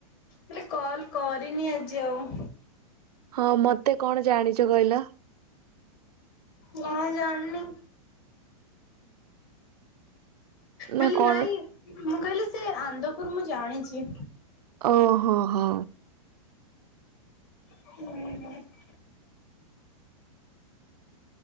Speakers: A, on the left (about 30°); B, on the right (about 85°).
A: ହେଲେ କଲ କରିନି ଆଜି ଆଉ।
B: ହଁ ମତେ କଣ ଜାଣିଚ କହିଲ।
A: ନା ଜାଣିନି।
B: ନା
A: ବୋଲେ
B: କଣ
A: ନାଇଁ ମୁଁ କହିଲି ସେ ଆନ୍ଦପୁର ମୁଁ ଜାଣିଛି।
B: ଓ ହୋ ହୋ।
A: ହୁଁ।